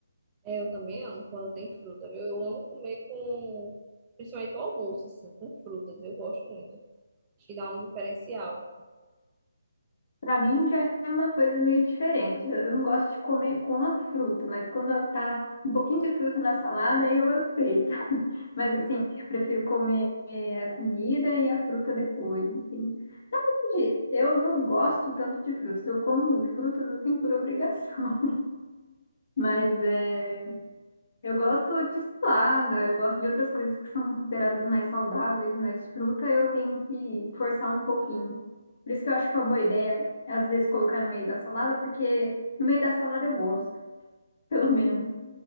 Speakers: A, on the right; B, on the left.
A: É, eu também amo quando tem fruta, viu? Eu amo comer com, principalmente o almoço, assim, com frutas. Eu gosto muito. Acho que dá um diferencial.
B: Pra mim já é uma coisa meio diferente. Eu eu não gosto de comer com a fruta, mas quando eu tá um pouquinho de fruta na salada, aí eu aceito. <laughs> Mas assim, eu prefiro comer eh, a comida e a fruta depois, assim. Gente, Eu não gosto tanto de frutas. Eu como frutas assim por obrigação. <laughs> Mas é, eu gosto de salada, eu gosto de outras coisas que são consideradas mais saudáveis, mas fruta eu tenho que forçar um pouquinho. Por isso que eu acho uma boa ideia, às vezes, colocar no meio da salada, porque no meio da salada eu gosto, <laughs> pelo menos.